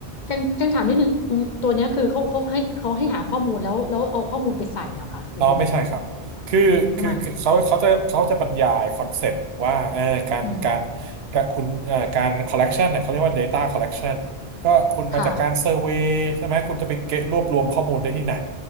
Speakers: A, on the left; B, on the right.
A: จังจังถามนิดนึงตัวเนี้ยคือเขาเขาให้เขาให้หาข้อมูลแล้วแล้วเอาข้อมูลไปใส่เหรอคะ หรือยังไง
B: อ๋อไม่ใช่ครับคือคือคือเขาเขาจะเขาจะบรรยายคอนเซปต์ว่าเออการการ
A: ทำไมอืม
B: การคุณเอ่อการ collection เนี่ยเขาเรียกว่า data collection ก็คุณมาจากการเซอร์เวย์ใช่ไหมคุณจะไปเก็บรวบรวมข้อมูลได้ที่ไหน
A: ค่ะ